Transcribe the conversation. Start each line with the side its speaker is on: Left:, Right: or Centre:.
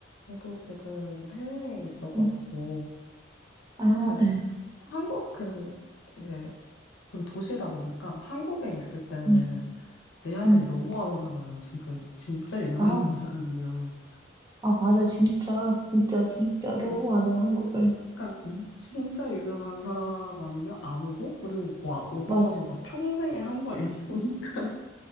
Left: 저도 지금 해외에 있어가지고,
Right: 응. 아,
Left: 그,
Right: 네.
Left: 한국, 그리고 이제 좀 도시다 보니까 한국에 있을 때는
Right: 응,
Left: 내 아들
Right: 응.
Left: 너무 안 오잖아요. 진짜, 진짜 유명한
Right: 아,
Left: <laughs> 사람 아니면.
Right: 아, 맞아. 진짜, 진짜, 진짜.
Left: 어,
Right: 너무 많아, 한국은.
Left: 그러니까, 음, 진짜 유명한 사람 아니면 안 오고, 그리고 와, 오더라도
Right: 맞아.
Left: 막 평생에 한 번 이렇게 오니까.